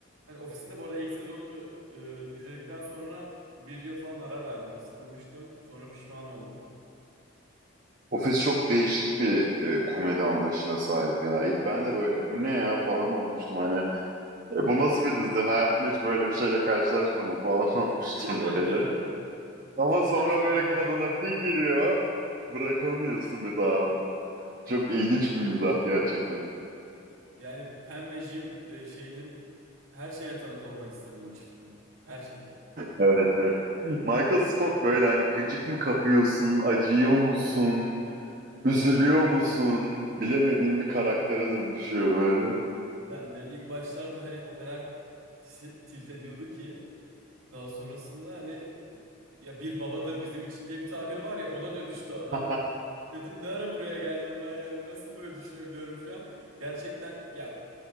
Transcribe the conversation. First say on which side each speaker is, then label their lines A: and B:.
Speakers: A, on the right; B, on the right.
A: Hani Office'in de bu arada ilk sezonunu e, izledikten sonra bir yıl falan ara verdim. Sıkılmıştım. Sonra pişman oldum.
B: Ofis çok değişik bir e, komedi anlayışına sahip ya. İlk ben de böyle bu ne ya falan olmuştum hani. "E, bu nasıl bir dizi? Hayatımda hiç böyle bir şeyle karşılaşmadım falan <laughs> olmuştum
A: Değil mi?
B: böyle.
A: Değil mi? O
B: Ama
A: kamera
B: sonra
A: açıları
B: böyle
A: falan.
B: kanına bir giriyor. Bırakamıyorsun bir daha onu. Çok ilginç bir mizah gerçekten.
A: Yani Pen ve Jim e, şeyinin her şeyine tanık olmak istedim o çiftin. Her şeyine.
B: Evet evet. Michael Scott böyle hani gıcık mı kapıyorsun, acıyor musun, üzülüyor musun bilemediğin bir karaktere dönüşüyor böyle.
A: Ben yani ilk başlarda hani o kadar ti- tilt ediyordu ki. Daha sonrasında hani ya bir babadır bizim için diye bir tabir var ya ona dönüştü adam.
B: <laughs>
A: Dedim ne ara buraya geldim ben yani nasıl böyle düşünebiliyorum şu an? Gerçekten ya